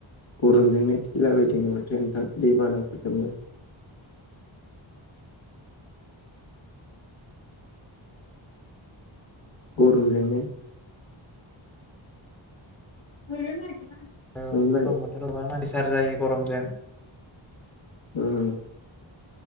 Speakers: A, on the left; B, in the centre.
A: गरमजोंनो थैला बाय थायो माथो नोंथां दै बानाफोरजोंबो <inaudible> गरमजोंनो <inaudible>
B: औ गरम
A: नोंलाय
B: बोथोराव गोबां प्रेसार जायो गरमजों
A: उम